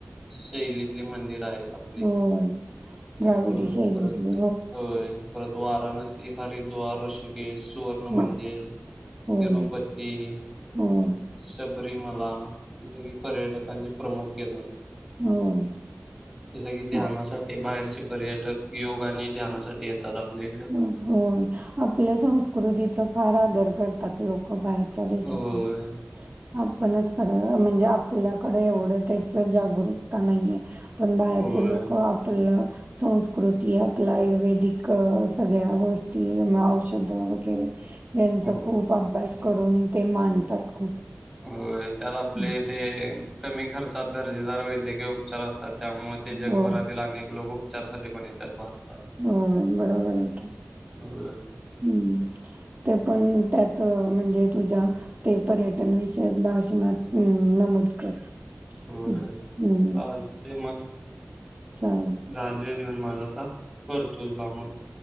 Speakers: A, in the centre; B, on the right (about 35°).
A: शैलीतले मंदिर आहे आ पले,
B: होय. द्राविडी
A: हो
B: शैलीतली.
A: परत होय. परत वाराणसी, हरिद्वार, ऋषिकेश, सुवर्ण
B: हं,
A: मंदिर, -
B: होय,
A: तिरूपती, -
B: होय,
A: शबरीमला ही सगळी पर्यटकांचे प्रमुख केंद्र.
B: होय.
A: जस की ध्यानासाठी
B: हं,
A: बाहेरचे पर्यटक योग आणि ध्यानासाठी येतात आपल्याकडे.
B: होय आपल्या संस्कृतीचा फार आदर करतात लोक बाहेर चा देशात
A: होय
B: ही. आपणच खर म्हणजे आपल्याकडे एवढं त्याच जागरूकता नाहीये. पण बाहेरचे
A: होय
B: लोक आपलं संस्कृती, आपलं आयुर्वेदिक सगळ्या गोष्टी म औषध वगैरे यांचा
A: होय
B: खूप अभ्यास करून ते मानतात खूप.
A: होय त्यात आपले
B: हं,
A: ते कमी खर्चात दर्जेदार वैद्यकीय उपचार असतात त्यामुळ ते जगभरातील
B: होय,
A: अनेक लोक उपचारसाठी पण येतात भारतात.
B: होय बरोबर आहे की.
A: होय <inaudible>
B: हं. ते पण त्यात म्हणजे तुझ्या ते पर्यटन विषयक भाषणात अ नमूद कर.
A: होय
B: हा हम्म
A: चालते मग
B: चालेल.
A: झाले लिहून माझा आता करतो लामण.